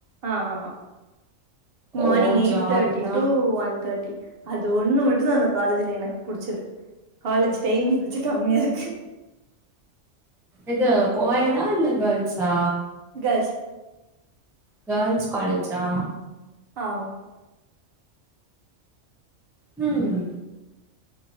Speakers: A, on the right (about 60°); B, in the centre.
A: ஆ ஆமா மார்னிங்
B: ஓ
A: எயிட்
B: ஜாலிதா
A: தேர்ட்டி டூ ஒன் தேர்ட்டி அது ஒண்ணு மட்டு தா அந்த காலேஜ்ல எனக்கு புடிச்சது காலேஜ் டைம் கொஞ்ச கம்மியா இருக்கு
B: இது கோயடா இல்ல கேல்ஷா
A: கேல்ஸ்
B: கேர்ள்ஸ் காலேஜா
A: ஆமா
B: ம்